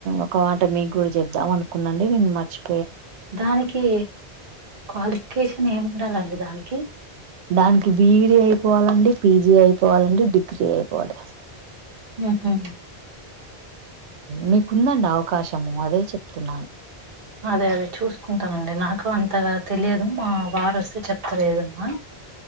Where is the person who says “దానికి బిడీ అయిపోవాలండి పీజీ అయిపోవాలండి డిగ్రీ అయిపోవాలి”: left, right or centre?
Right